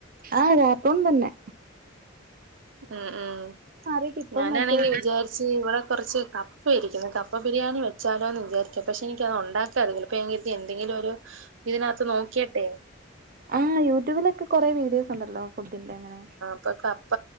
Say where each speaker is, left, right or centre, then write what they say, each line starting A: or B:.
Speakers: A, on the right (about 50°); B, on the right (about 85°).
A: ആഹ്, കാർട്ടൂൺ തന്നെ.
B: മ് മ്,
A: മാറിട്ട് ഇപ്പം
B: ഞാനാണെങ്കി
A: മറ്റേ
B: വിചാരിച് ച്ച് ഇവിടെ കുറച്ച് കപ്പ ഇരിക്കുന്നു, കപ്പ ബിരിയാണി വെച്ചാലോ എന്ന് വിചാരിക്ക. പക്ഷെ എനിക്കത് ഒണ്ടാക്കാനറിയില്ല. അപ്പോ ഞാങ്കര്തി എന്തെങ്കിലും ഒരു ഇതിനകത്ത് നോക്കിയട്ടെ..
A: ആഹ്, യൂട്യൂബിലൊക്കെ കൊറേ വീഡിയോസ് ഒണ്ടല്ലോ, ഫുഡിന്റെ അങ്ങനെ.
B: ഇപ്പൊ കപ്പ